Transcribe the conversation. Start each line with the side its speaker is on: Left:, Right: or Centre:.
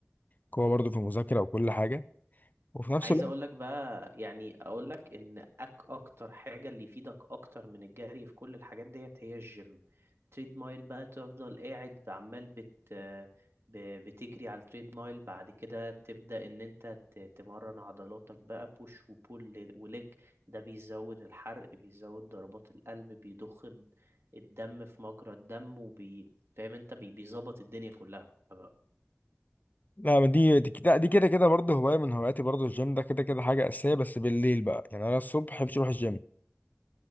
Left: قوه برضه في المذاكره وكل حاجه وفي نفس
Right: عايز
Left: الوقت
Right: اقول لك بقى يعني اقول لك ان أك اكتر حاجه اللي يفيدك اكتر من الجري في كل الحاجات ديت هي الجيم تريد مايل بقى تفضل قاعد عمال بت ب- بتجري على التريد مايل بعد كده تبدا ان انت ت- تمرن عضلاتك بقى بوش وبول وليج ده بيزود الحرق بيزود ضربات القلب بيضخ الد- الدم في مجرى الدم وبي فاهم انت بي- بيظبط الدنيا كلها بقى
Left: لا ما دي دي كده دي كده كده برضه هواية من هواياتي برضه الجيم ده كده كده حاجة أساسية بس بالليل بقى يعني أنا الصبح محبش أروح الجيم